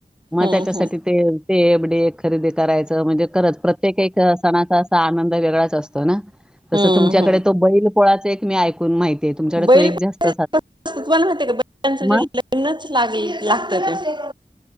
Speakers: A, in the centre; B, on the right.
A: मग
B: हम्म
A: त्याच्यासाठी
B: हम्म
A: ते, ते एबडे खरेदी करायचं म्हणजे खरंच प्रत्येक एक सणाचा असा आनंद वेगळाच असतो ना तसं
B: हम्म
A: तुमच्याकडे
B: हम्म
A: तो बैल पोळाचं एक मी एक ते तुमच्याकडे
B: बैल
A: तो एक जास्त
B: तुम्हाला माहिती का? बैलांचा
A: मग
B: जे लग्नंच लागले लागतं ते